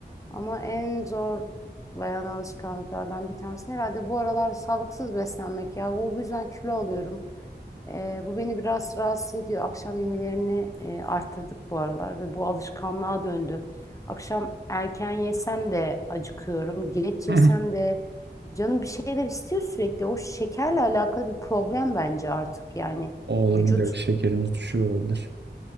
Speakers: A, on the left (about 15°); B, on the right (about 75°).
A: Ama en zorlayan alışkanlıklardan bir tanesi herhalde bu aralar sağlıksız beslenmek ya. Bu yüzden kilo alıyorum. Ee, bu beni biraz rahatsız ediyor. Akşam yemelerini e, arttırdık bu aralar ve bu alışkanlığa döndü. Akşam erken yesem de acıkıyorum. Geç
B: <laughs>
A: yesem
B: Hı. hı.
A: de canım bir şeyler istiyor sürekli. O şekerle alakalı bir problem bence artık yani
B: O olabilir,
A: vücut.
B: evet, şekerimiz düşüyor olabilir.